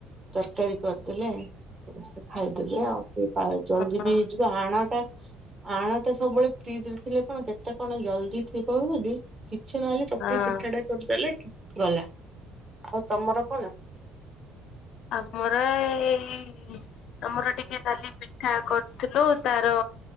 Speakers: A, on the right (about 20°); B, on the left (about 60°).
A: ତରକାରୀ କରିଦେଲେ ସମସ୍ତେ ଖାଇଦେବେ ଆଉ। ଆ ଜଲଦି
B: ହଁ
A: ବି ହେଇଯି ଆଣଟା ଆଣଟା ସବୁବେଳେ ଫ୍ରିଜ ରେ ଥିଲେ କଣ କେତେ କଣ ଜଲଦି ଥିବ ବୋଲି କିଛି ନହେଲେ ଚକୁଳି
B: ହଁ
A: ପିଠା ଟା କରିଦେଲେ ଗଲା। ଆଉ ତମର କଣ?
B: ଆମର ଏଇ ଆମର ଟିକେ କାଲି ପିଠା କରିଥିଲୁ ତାର